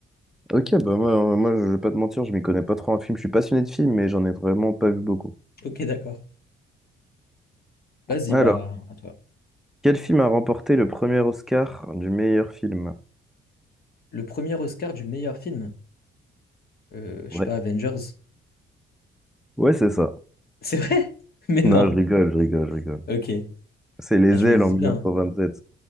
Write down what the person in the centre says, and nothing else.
Ok, bah moi, moi, je vais pas te mentir, je m'y connais pas trop en film. Je suis passionné de films, mais j'en ai vraiment pas vu beaucoup.
Alors
Quel film a remporté le premier Oscar du meilleur film?
Ouais.
Ouais, c'est ça.
Non, je rigole, je rigole, je rigole.
C'est Les
Ailes
en mille
neuf cent vingt sept.